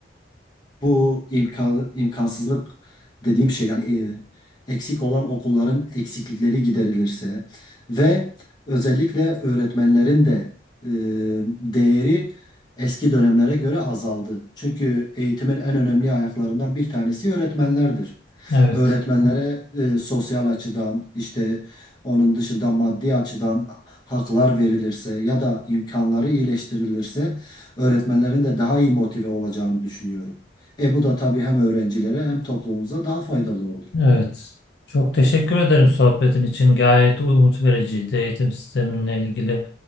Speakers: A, on the left (about 25°); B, on the left (about 65°).
A: bu imkan, imkansızlık dediğim şey yani e, eksik olan okulların eksiklikleri giderilirse ve özellikle öğretmenlerin de e, değeri eski dönemlere göre azaldı. Çünkü eğitimin en önemli ayaklarından bir tanesi öğretmenlerdir.
B: Evet.
A: Öğretmenlere e, sosyal açıdan işte onun dışında maddi açıdan haklar verilirse ya da imkanları iyileştirilirse öğretmenlerin de daha iyi motive olacağını düşünüyorum. E bu da tabii hem öğrencilere hem toplumumuza daha faydalı olur.
B: Evet. Çok teşekkür ederim sohbetin için. Gayet umut vericiydi. Eğitim sisteminle ilgili